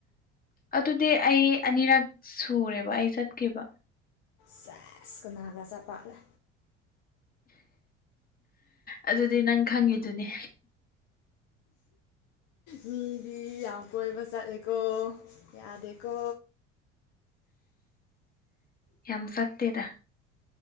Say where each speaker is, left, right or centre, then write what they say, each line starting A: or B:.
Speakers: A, on the left; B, on the left.
A: ꯑꯗꯨꯗꯤ ꯑꯩ ꯑꯅꯤꯔꯛ ꯁꯨꯔꯦꯕ ꯑꯩ ꯆꯠꯈꯤꯕ
B: ꯁꯦꯁꯀꯅꯥꯒꯥ ꯆꯆꯥ ꯄꯥꯛꯂꯦ
A: ꯑꯗꯨꯗꯤ ꯅꯪ ꯈꯪꯉꯤꯗꯨꯅꯦ
B: ꯃꯤꯗꯤ ꯌꯥꯝ ꯀꯣꯏꯕ ꯆꯠꯂ ꯌꯥꯗꯀ
A: ꯌꯥꯝ ꯁꯠꯇꯦꯗ